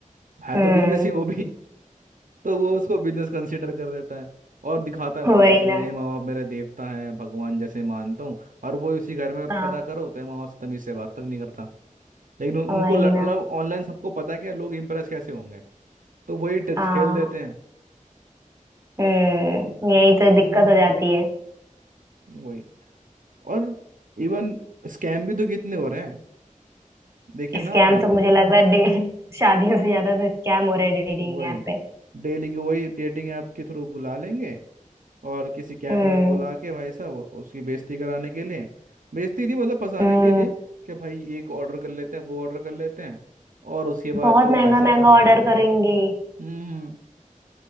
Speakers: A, on the right; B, on the right.
A: है
B: हम्म
A: तो बिजनेस ही वो भी तो वो उसको बिजनेस कंसीडर कर देता है और दिखाता है
B: <laughs>
A: भाई
B: वही
A: मेरे
B: ना
A: माँ बाप मेरे देवता हैं भगवान जैसे मानता हूँ और वो उसी घर में
B: हाँ
A: पता करो तो माँ बाप से तमीज से बात तक नहीं करता लेकिन उन-
B: वही
A: उनको ल-
B: ना
A: मतलब ऑनलाइन सबको पता है कि लोग इम्प्रेस कैसे होंगे तो वही ट्रिक्स
B: हाँ
A: खेल देते हैं
B: हम्म यही तो दिक्कत हो जाती है
A: वही और इवन स्कैम भी तो कितने हो रहे हैं देखे ना
B: स्कैम
A: आपने
B: तो मुझे लग रहा है डे- शादियों से ज्यादा तो स्कैम हो रहे हैं डेटिंग
A: वही
B: ऐप पे
A: डेली के वही डेटिंग ऐप के थ्रू बुला लेंगे और किसी कैफे
B: हम्म
A: में बुला के भाई साहब उ- उसकी बेइज्जती कराने के लिए बेइज्जती नहीं मतलब फंसाने
B: हम्म
A: के लिए कि भाई एक ऑर्डर कर लेते हैं वो ऑर्डर कर लेते हैं और उसके बाद
B: बहुत
A: जो
B: महंगा
A: भाई साहब
B: महंगा
A: का बयान
B: ऑर्डर करेंगी
A: हम्म